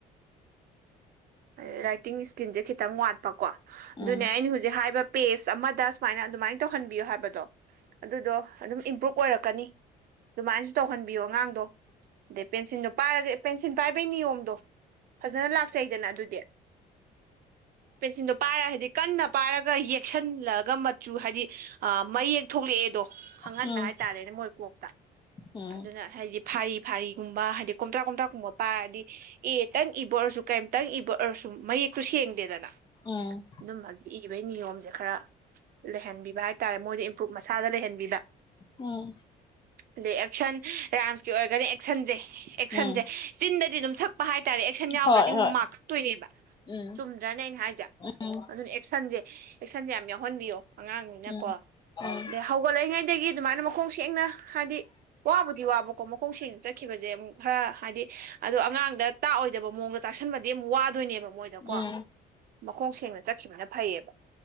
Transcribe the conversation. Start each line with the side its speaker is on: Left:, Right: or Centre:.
Right: ꯔꯥꯏꯇꯤꯡ ꯏꯁꯀꯤꯟꯁꯦ ꯈꯤꯇꯪ ꯋꯥꯠꯄꯀꯣ
Left: ꯎꯝ
Right: ꯑꯗꯨꯅꯦ ꯑꯩꯅ ꯍꯧꯖ ꯖꯤꯛ ꯍꯥꯏꯕ ꯄꯦꯁ ꯑꯃꯗ ꯁꯨꯃꯥꯏꯅ ꯑꯗꯨꯃꯥꯏꯅ ꯇꯧꯍꯟꯕꯤꯌꯣ ꯍꯥꯏꯕꯗꯣ꯫ ꯑꯗꯨꯗꯣ ꯑꯗꯨꯝ ꯏꯝꯄ꯭ꯔꯨꯚ ꯑꯣꯏꯔꯛꯀꯅꯤ ꯑꯗꯨꯃꯥꯏꯅꯁꯨ ꯇꯧꯍꯟꯕꯤꯌꯣ ꯑꯉꯥꯡꯗꯣ꯫ ꯗꯩ ꯄꯦꯟꯁꯤꯜꯗꯣ ꯄꯥꯏꯔꯒ ꯄꯦꯟꯁꯤꯟ ꯄꯥꯏꯕꯩ ꯅꯤꯌꯣꯝꯗꯣ ꯐꯖꯅ ꯂꯥꯛꯆꯩꯗꯅ ꯑꯗꯨ ꯗꯤ ꯄꯦꯟꯁꯤꯟꯗꯣ ꯄꯥꯏꯔ ꯍꯥꯏꯗꯤ ꯀꯟꯅ ꯄꯥꯏꯔꯒ ꯌꯦꯛꯁꯟꯂꯒ ꯃꯆꯨ ꯍꯥꯏꯗꯤ ꯑꯥ ꯃꯌꯦꯛ ꯊꯣꯛꯂꯛꯑꯦꯗꯣ ꯈꯪꯍꯟꯕ
Left: ꯎꯝ
Right: ꯍꯥꯏꯇꯥꯔꯦꯅꯦ ꯃꯣꯏ ꯀꯣꯛꯇ
Left: ꯎꯝ
Right: ꯑꯗꯨꯅ ꯍꯥꯏꯗꯤ ꯐꯥꯔꯤ ꯐꯥꯔꯤꯒꯨꯝꯕ ꯍꯥꯏꯗꯤ ꯀꯣꯝꯊ꯭ꯔꯥꯛ ꯀꯣꯝꯊ꯭ꯔꯥꯛꯀꯨꯝꯕ ꯄꯥꯔꯗꯤ ꯑꯦꯇꯪ ꯏꯕꯔꯁꯨ ꯀꯩꯝꯇꯪ ꯏꯕ ꯑꫭꯔꯁꯨꯝ ꯃꯌꯦꯛꯇꯨ ꯁꯦꯡꯗꯦꯗꯅ꯫
Left: ꯎꯝ
Right: ꯑꯗꯨꯝꯕꯒꯤ ꯏꯒꯤꯕꯩ ꯅꯤꯌꯣꯝꯖꯦ ꯈꯔ ꯂꯩꯍꯟꯕꯤꯕ ꯍꯥꯏꯇꯥꯔꯦ ꯃꯣꯏꯗ ꯏꯝꯄ꯭ꯔꯨꯨꯞ ꯃꯁꯥꯗ ꯂꯩꯍꯟꯕꯤꯕ
Left: ꯎꯝ
Right: ꯑꯗꯩ ꯑꯦꯛꯁꯟ ꯔꯥꯝꯁꯀꯤ ꯑꯣꯏꯔꯒꯅ ꯑꯦꯛꯁꯟꯖꯦ ꯑꯦꯛꯁꯟꯖꯦ
Left: ꯎꯝ
Right: ꯆꯤꯟꯗꯗꯤ ꯑꯗꯨꯝ ꯁꯛꯄ ꯍꯥꯏꯇꯥꯔꯦ ꯑꯦꯛꯁꯟ ꯌꯥꯎꯗ꯭ꯔꯗꯤ
Left: ꯍꯣꯏ
Right: ꯑꯃꯨꯛ
Left: ꯍꯣꯏ
Right: ꯃꯥꯥꯛꯀꯛꯇꯣꯏꯅꯦꯕ
Left: ꯎꯝ
Right: ꯆꯨꯝ ꯗꯔꯅꯦ ꯑꯩꯅ ꯍꯥꯏꯖꯦ
Left: ꯎꯝ
Right: ꯑꯗꯨꯅ ꯑꯦꯛꯁꯟꯖꯦ ꯑꯦꯛꯁꯟꯖꯦ ꯌꯥꯝ ꯌꯥꯎꯍꯟꯕꯤꯌꯣ ꯑꯉꯥꯡꯅꯤꯅꯀꯣ
Left: ꯎꯝ ꯎꯝ
Right: ꯑꯗꯩ ꯍꯧꯒꯠꯂꯛꯏꯉꯩꯗꯒꯤ ꯑꯗꯨꯃꯥꯏꯅ ꯃꯈꯣꯡ ꯁꯦꯡꯅ ꯍꯥꯏꯗꯤ ꯋꯥꯕꯨꯗꯤ ꯋꯥꯕꯀꯣ ꯃꯈꯣꯡ ꯁꯦꯡꯅ ꯈꯤꯕꯖꯦ ꯑꯃꯨꯛ ꯈꯔ ꯍꯥꯏꯗꯤ ꯑꯗꯣ ꯑꯉꯥꯡꯗ ꯇꯥꯛꯑꯣꯏꯗꯕ ꯃꯑꯣꯡꯗ ꯇꯥꯁꯟꯕꯗꯤ ꯑꯃꯨꯛ ꯋꯥꯗꯣꯏꯅꯦꯕ ꯃꯣꯏꯗ ꯅꯤꯅꯀꫭ
Left: ꯎꯝ ꯎꯝ
Right: ꯃꯈꯣꯡ ꯁꯦꯡꯅ ꯆꯠꯈꯤꯕꯅ ꯐꯩꯌꯦꯕ